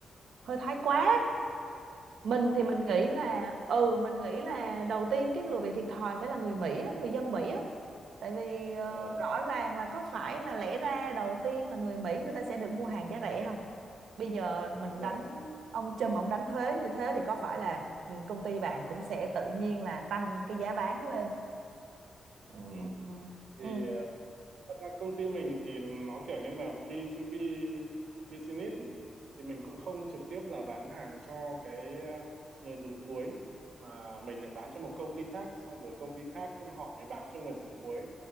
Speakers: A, on the right (about 80°); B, on the right (about 55°).
A: hơi thái quá. Mình thì
B: À,
A: mình nghĩ là ừ mình nghĩ là đầu tiên cái người bị thiệt thòi phải là người Mỹ á, người dân Mỹ á. Tại vì ờ,
B: ờ,
A: rõ ràng là có phải là lẽ ra đầu tiên là người Mỹ người ta sẽ được mua hàng giá rẻ không? Bây giờ mình
B: đúng rồi.
A: đánh ông Trump ông đánh thuế như thế thì có phải là ừ, công ty bạn cũng sẽ tự nhiên là tăng cái giá bán lên. Ừ.
B: Ừ. Thì
A: Ừ.
B: Thật ra công ty mình thì nó kiểu như là B2B business ý. Thì mình cũng không trực tiếp là bán hàng cho cái ờ, người dùng cuối mà mình lại bán cho một công ty khác xong rồi công ty khác họ mới bán cho người dùng cuối.